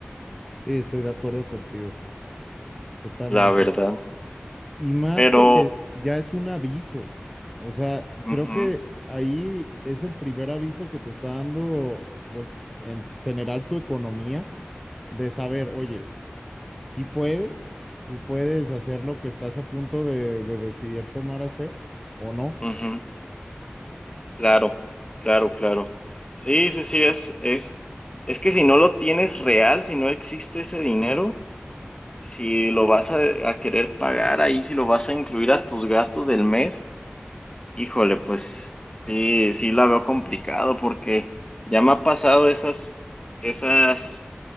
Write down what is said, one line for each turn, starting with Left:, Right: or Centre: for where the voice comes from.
Centre: Sí, estoy de acuerdo contigo, totalmente.
Left: La verdad.
Centre: Y más
Left: Pero,
Centre: porque ya es un aviso. O sea,
Left: ujú,
Centre: creo que ahí es el primer aviso que te está dando, pues, en general tu economía, de saber, oye, si puedes, si puedes hacer lo que estás a punto de, de decidir tomar hacer o no.
Left: ujú, claro, claro, claro. Sí, sí, sí, es, es, es que si no lo tienes real, si no existe ese dinero, si lo vas a, a querer pagar ahí, si lo vas a incluir a tus gastos del mes, híjole, pues sí, sí la veo complicado porque ya me ha pasado esas, esas